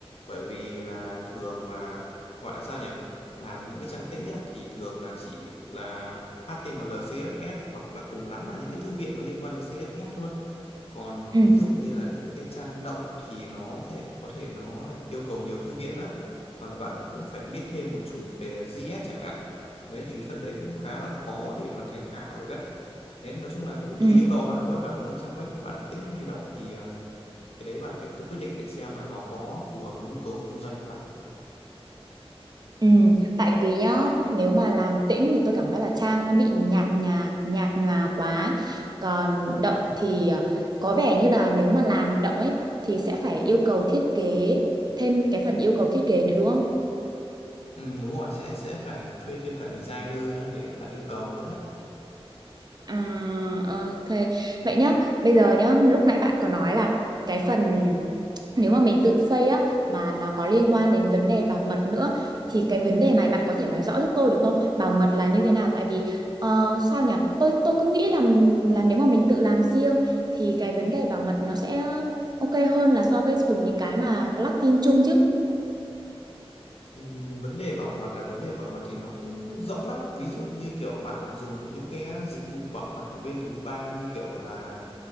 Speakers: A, on the left; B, on the right.
A: bởi vì là thường là gọi là sao nhỉ làm những cái trang tĩnh á, thì thường là chỉ là HTML CSS hoặc là cùng lắm là những cái thư viện nó liên quan đến CSS thôi còn
B: ừ
A: ví dụ như là những cái trang động thì nó sẽ có thể nó yêu cầu nhiều thư viện lắm hoặc là bạn cũng phải biết thêm một chút về JS chẳng hạn đấy thì cái phần đấy cũng khá là khó để mà thành thạo được đấy thế nói chung là cũng tùy
B: ừ
A: yêu cầu bạn thôi bạn muốn trang web của bạn tĩnh hay động thì à, cái đấy bạn phải tự quyết định để xem là nó có phù hợp với nhu cầu kinh doanh của bạn
B: Ừ, tại vì nhá nếu mà làm tĩnh thì tôi cảm giác là trang nó bị nhạt nhòa nhạt nhòa quá còn động thì ờ, có vẻ như là nếu mà làm động ấy thì sẽ phải yêu cầu thiết kế thêm cái phần yêu cầu thiết kế nữa đúng không
A: ừ, đúng rồi sẽ sẽ phải thuê thêm cả designer nữa để đặt yêu cầu nữa đấy
B: à, ok vậy nhá bây giờ nhá lúc nãy bạn có nói là cái phần nếu mà mình tự xây á mà nó có liên quan đến vấn đề bảo mật nữa thì cái vấn đề này bạn có thể nói rõ giúp tôi được không? Bảo mật là như thế nào? Tại vì ờ, sao nhỉ? Tôi tôi cứ nghĩ là là nếu mà mình tự làm riêng thì cái vấn đề bảo mật nó sẽ ok hơn là so với dùng những cái mà plugin chung chứ.
A: ừ, vấn đề bảo mật là vấn đề bảo mật thì nó cũng rộng lắm ví dụ như kiểu bạn dùng những cái dịch vụ bảo mật của bên thứ ba như kiểu là